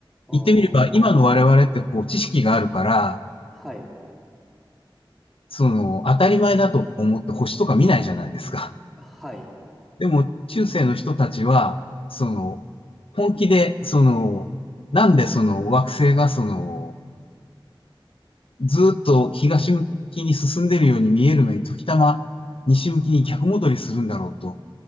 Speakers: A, in the centre; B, on the left.
A: おー。
B: 言ってみれば今の我々ってこう知識があるから、
A: はい。
B: その当たり前だと思って星とか見ないじゃないですか。
A: はい。
B: でも中世の人たちは、その本気でそのなんでその惑星がそのずーっと東向きに進んでるように見えるのに、時たま西向きに逆戻りするんだろうと、